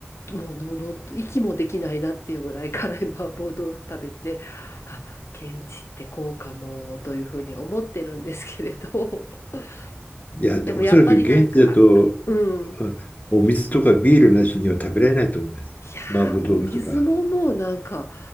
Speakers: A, on the left; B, on the left.
A: もうのの息もできないなっていうぐらい辛い麻婆豆腐食べて、あ、現地ってこうかもというふうに思ってるんですけれど、<laughs>
B: いや、
A: でもやっぱりなんか、
B: おそらく現地だと、
A: うん。
B: うんお水とかビールなしには食べられないと思います。
A: いやー、
B: 麻婆豆腐とか、
A: もう水ももうなんか、